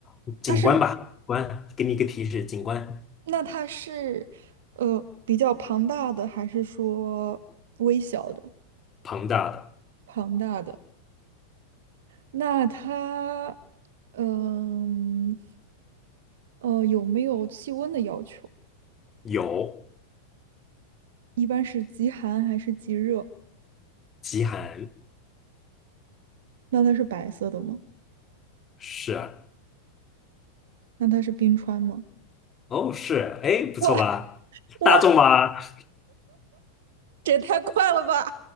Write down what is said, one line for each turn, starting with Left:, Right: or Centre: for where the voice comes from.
Left: 嗯，景观吧，
Right: 它是，
Left: 景观，给你一个提示，景观
Right: 那它是，呃，比较庞大的，还是说微小的？
Left: 庞大的
Right: 庞大的，那它，嗯，呃，有没有气温的要求？
Left: 有。
Right: 一般是极寒还是极热？
Left: 极寒
Right: 那它是白色的吗？
Left: 是啊
Right: 那它是冰川吗？
Left: 哦是，哎，不错吧？
Right: <laughs> 哇哇，
Left: 大众吧，
Right: 这也太快了吧！